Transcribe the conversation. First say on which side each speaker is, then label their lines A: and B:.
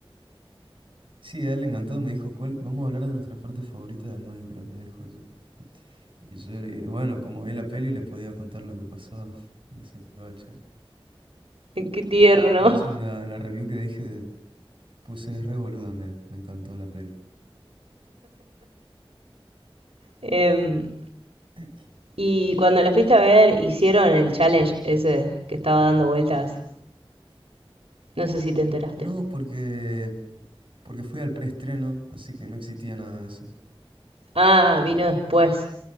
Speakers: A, on the right; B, on the right.
A: Sí, a él le encantó, me dijo, ¿cuál? Vamos a hablar de nuestra parte favorita del Minecraft, me dijo eso. Y yo le dije, bueno, como vi la peli, le podía contar lo que pasaba en esa gacha. <laughs>
B: <laughs> Qué tierno.
A: De hecho, en la, en la review que dije, puse es re boluda, me, me encantó la peli.
B: Em,
A: <clears throat>
B: y cuando la fuiste a ver, hicieron el challenge ese que estaba dando vueltas. No sé si te enteraste.
A: No, porque, porque fui al preestreno, así que no existía nada de eso.
B: Ah, vino después.